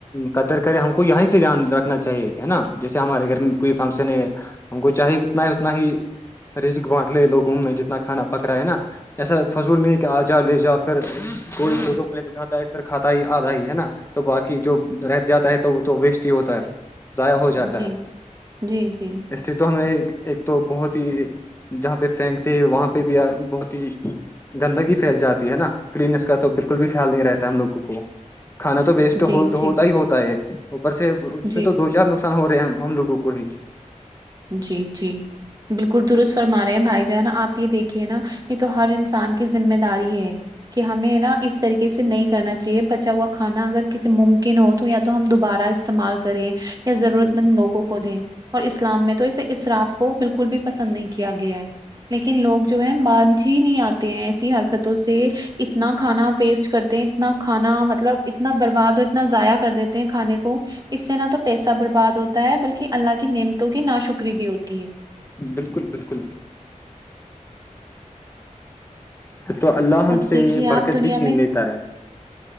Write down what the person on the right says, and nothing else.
جی
جی جی
جی
جی
جی
جی جی بالکل درست فرما رہے ہیں بھائی جانا آپ یہ دیکھیے نا یہ تو ہر انسان کی ذمہ داری ہے کہ ہمیں نا اس طریقے سے نہیں کرنا ج بچا ہوا کھانا اگر کسی ممکن ہو تو یا تو ہم دوبارہ استعمال کریں ضرورت
مند لوگوں کوود ہیں اسلام میں تو اسے اراف کو بالکل بھی پسند نہیں کیا گیا ہے لیکن لوگ جو ہے ب جی نہیں آتے ہیں ایسی حرکتوں سے اتنا کھانا ویسٹ کرتے ہیں اتنا کھانا مطلب اتنا برباد ہو اتنا ضائع کر دیتے ہیں کھانے کو اس سے نہ تو پیسہ برباد ہوتا ہے بلکہ اللہ کی نعمتوں کی نا شکری بھی ہوتی ہے
اور
دیکھیے
آپ دنیا
میں